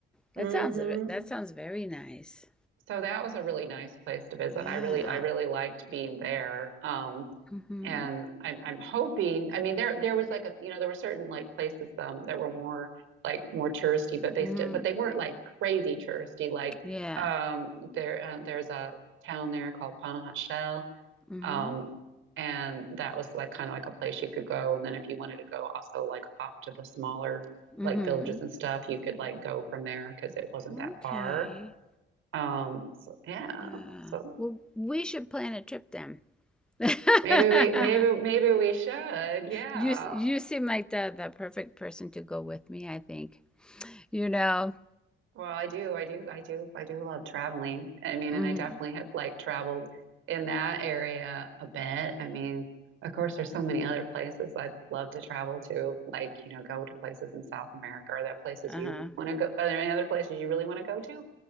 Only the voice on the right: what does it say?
mhm.
So that was a really nice place to visit.
I really I really liked being there. Um,
and I'm I'm hoping. I mean, there there was like a you know there were certain like places um that were more like more touristy, but they
still but they weren't like crazy touristy. Like
um there uh, there's a town there called Panajat Shell,
um, and that was like kind of like a place you could go. And then if you wanted to go also like off to the smaller
like villages and stuff, you could like go from there because it wasn't
that far. Um, so yeah,
so
maybe we maybe maybe we should, yeah.
Well, I do, I do, I do, I do love traveling. I mean,
and I definitely have like traveled in that area a bit. I mean, of course, there's so many other places I'd love to travel to, like, you know, go to places in South America. Are there places
you want to go? Are there any other places you really want to go to?